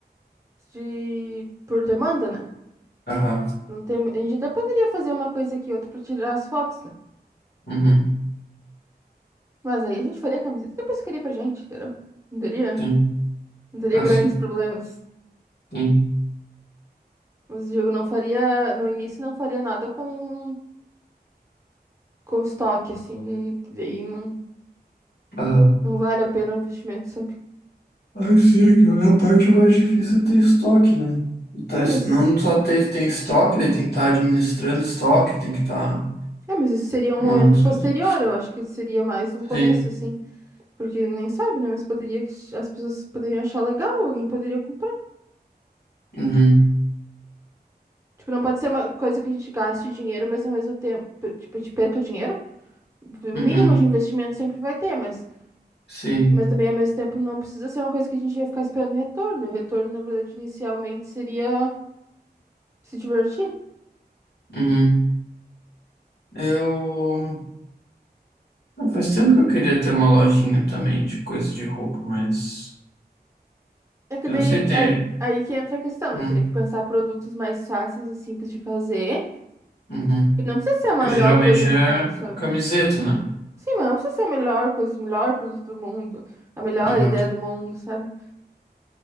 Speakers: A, on the right (about 15°); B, on the left (about 75°).
A: de por demanda, né?
B: Aham.
A: Não tem, a gente até poderia fazer uma coisa aqui outra pra tirar as fotos, né?
B: Uhum.
A: Mas aí a gente faria a camiseta e depois ficaria pra gente, entendeu? Não teria,
B: Sim.
A: não teria
B: Ah,
A: grandes
B: sim.
A: problemas.
B: Sim.
A: Mas o jogo não faria, no início não faria nada com com estoque assim, não- daí não
B: Aham.
A: não vale a pena o investimento, sabe?
B: Ah, sim, cara, a parte mais difícil é ter estoque, né? E tá
A: É,
B: es-
A: mas
B: não
A: isso,
B: só ter, tem estoque, daí tem que estar administrando estoque, tem que estar.
A: é, mas isso seria um
B: Mano,
A: momento
B: esquece.
A: posterior, eu acho que seria mais um começo
B: Sim.
A: assim, porque nem sabe, né? Mas poderia as pessoas poderiam achar legal, alguém poderia comprar.
B: Uhum.
A: Tipo, não pode ser uma coisa que a gente gaste dinheiro, mas ao mesmo tempo, tipo, a gente perca dinheiro. O mínimo
B: Uhum.
A: de investimento sempre vai ter, mas,
B: Sim.
A: mas também ao mesmo tempo não precisa ser uma coisa que a gente vai ficar esperando retorno. O retorno, na verdade, inicialmente seria se divertir.
B: Uhum. Eu. Ah, Faz tempo que eu queria ter uma lojinha também de coisa de roupa, mas.
A: É que
B: Eu
A: daí
B: não sei ter.
A: aí, aí que entra a questão,
B: Hum,
A: né? Teria que pensar produtos mais fáceis e simples de fazer.
B: Uhum.
A: E não precisa ser a melhor
B: Porque geralmente
A: coisa do
B: é
A: mundo, sabe?
B: camiseta, né?
A: Sim, mas não precisa ser a melhor coisa, o melhor produto do mundo, a melhor
B: Aham.
A: ideia do mundo, sabe?